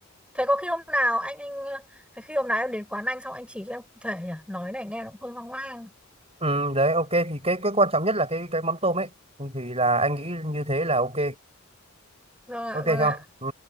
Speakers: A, in the centre; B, on the right.
A: Thế có khi hôm nào anh anh ờ, thế khi hôm nào em đến quán anh xong anh chỉ cho em cụ thể nhỉ? Nói này nghe nó cũng hơi hoang hoang.
B: Ừ, đấy ok thì cái cái quan trọng nhất là cái cái mắm tôm ấy Ừ, thì là anh nghĩ như thế là ok
A: Vâng ạ,
B: ok
A: vâng
B: không
A: ạ,
B: ừ.